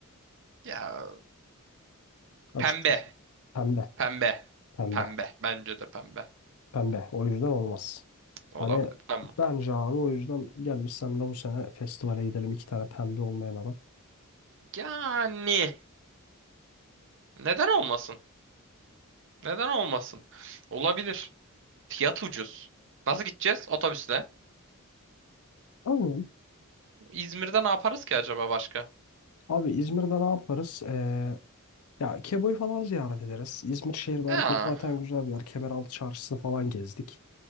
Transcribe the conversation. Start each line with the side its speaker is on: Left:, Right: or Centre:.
Right: Ya
Left: Açıkçası.
Right: pembe.
Left: Pembe.
Right: Pembe.
Left: Pembe.
Right: Pembe. Bence de pembe.
Left: Pembe. O yüzden olmaz.
Right: Olabilir.
Left: Hani
Right: Tamam.
Left: bence abi o yüzden gel biz seninle bu sene festivale gidelim iki tane pembe olmayan adam.
Right: Yani neden olmasın? Neden olmasın? Olabilir. Fiyat ucuz. Nasıl gideceğiz? Otobüsle.
Left: Aynen.
Right: İzmir'de ne yaparız ki acaba başka?
Left: Abi İzmir'de ne yaparız? Ee, Ya Kebo'yu falan ziyaret ederiz. İzmir şehir merkezi
Right: Ha.
Left: zaten güzel bir yer. Kemeraltı çarşısını falan gezdik.